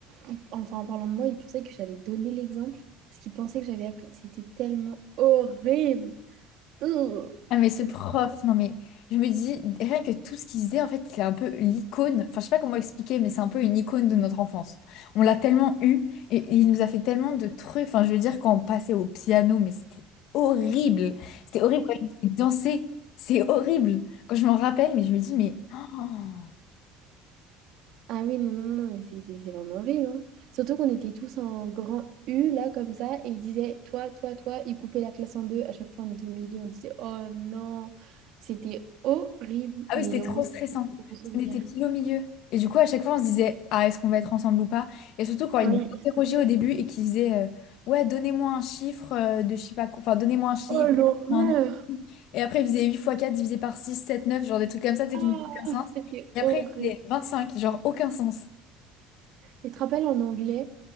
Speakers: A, on the right; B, on the left.
A: il- enfin, en parlant de moi, il pensait que j'allais donner l'exemple, parce qu'il pensait que j'avais appris. C'était tellement horrible. Ugh.
B: Ah mais ce
A: Au
B: prof,
A: secours.
B: non mais je me dis, rien que tout ce qu'il disait, en fait, c'est un peu l'icône, enfin je sais pas comment expliquer, mais c'est un peu une icône de notre enfance. On l'a tellement eu, et, et il nous a fait tellement de trucs, enfin je veux dire quand on passait au piano, mais c'était horrible, c'était horrible quand il nous faisait danser, c'est horrible. Quand je m'en rappelle, mais je me dis, mais... oh.
A: Ah oui, non, non, non, non, mais c'est c'est- c'est vraiment horrible, hein. Surtout qu'on était tous en grand U, là, comme ça, et ils disaient, toi, toi, toi, ils coupaient la classe en deux. À chaque fois, on était au milieu, on disait, oh non, c'était horrible,
B: Ah
A: mais
B: oui, c'était trop
A: au moins, c'était
B: stressant.
A: un
B: Parce
A: bon souvenir.
B: qu'on était pile au milieu. Et du coup, à chaque fois, on se disait, ah, est-ce qu'on va être ensemble ou pas? Et surtout quand ils
A: Oui.
B: nous interrogeaient au début et qu'ils disaient, euh, ouais, donnez-moi un chiffre euh, de je sais pas quoi. Enfin, donnez-moi un chiffre.
A: Oh, l'horreur!
B: donnez un nom. Et après, ils faisaient 8 fois 4 divisé par 6 7 9 genre des trucs comme ça, tu sais,
A: Ah,
B: qui n'avaient aucun sens.
A: c'était
B: Et
A: horrible.
B: après, ils faisaient 25 genre aucun sens.
A: Et tu te rappelles en anglais,